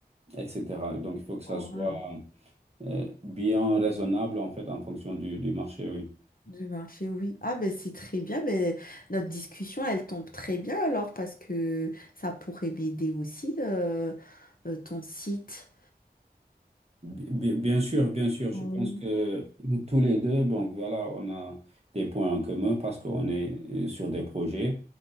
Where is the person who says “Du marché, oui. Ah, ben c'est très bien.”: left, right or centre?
Left